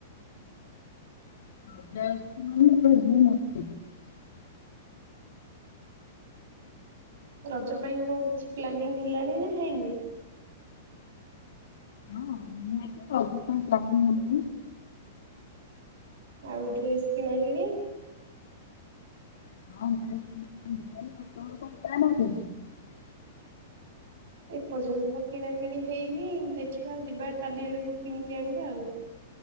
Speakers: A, on the left (about 60°); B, on the right (about 60°).
A: <unintelligible>
B: ରଜ ପାଇଁ କଣ କିଛି ପ୍ଲାନିଂ ହେଲାଣି ନା ହେଇନି?
A: ହଁ ମୁ ଅପ ପ୍ଲାାନିଂ ହେଲେ
B: ଆଉ ଡ୍ରେସ୍ କିଣାକିଣି?
A: <unintelligible>
B: ଏପର୍ଯ୍ୟନ୍ତ ତ କିଣା କିିଣି ହେଇନି ଦେଖିବା ଯିବା କାଲି ଆଡକୁ କିଣିକି ଆଣିବା ଆଉ